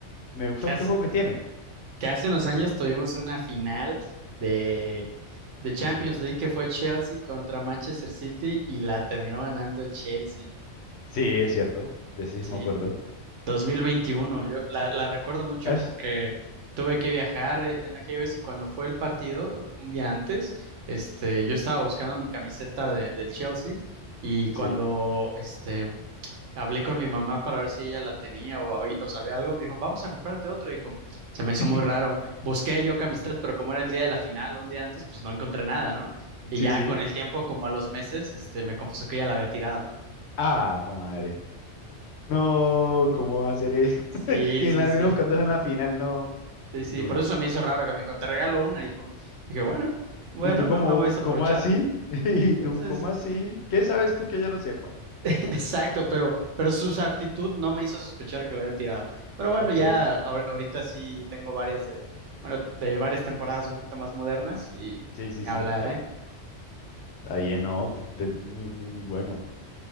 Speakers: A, on the left (about 70°); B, on the right (about 80°).
A: me gusta
B: hace,
A: mucho el juego que tienen.
B: que hace unos años tuvimos una final de, de Champions
A: desde la chimpa.
B: League que fue Chelsea contra Manchester City y la terminó ganando el Chelsea.
A: Sí, es cierto, de ese
B: Sí,
A: sí me acuerdo.
B: 2021. Yo la, la recuerdo mucho
A: Es,
B: porque tuve que viajar eh, en aquella vez y cuando fue el partido, un día antes, este, yo estaba buscando mi camiseta de- del Chelsea y cuando
A: sí,
B: este, hablé con mi mamá para ver si ella la tenía o, o sabía algo, me dijo, vamos a comprarte otra, hijo. Se
A: <laughs>
B: me hizo muy raro. Busqué yo camisetas, pero como era el día de la final o un día antes, pues no encontré nada, ¿no? Y
A: sí,
B: ya
A: sí.
B: con el tiempo, como a los meses, este, me confesó que ella la había tirado.
A: Ah, jue madre. No, ¿cómo va a hacer eso?
B: Sí,
A: <laughs> Y
B: sí,
A: en la
B: sí,
A: vino buscando
B: sí, sí.
A: en la final, no,
B: Sí,
A: muy
B: sí,
A: duro.
B: por eso se me hizo raro que me dijo, te regalo una, hijo. Dije, bueno, bueno,
A: ¿Y tú cómo,
B: no, no voy a desaprovechar,
A: cómo así?
B: ¿no?
A: <laughs> ¿Y tú
B: Es- es-
A: cómo
B: es-
A: así? ¿Qué sabes tú que yo no sepa?
B: <laughs> Exacto, pero, pero su actitud no me hizo sospechar que lo había tirado. Pero bueno,
A: Ok,
B: ya ahor- ahorita sí tengo varias de, bueno, de varias temporadas un poquito más modernas y
A: sí, sí,
B: ni hablar,
A: sí.
B: ¿eh?
A: Está bien, no, de- muy, muy, muy bueno.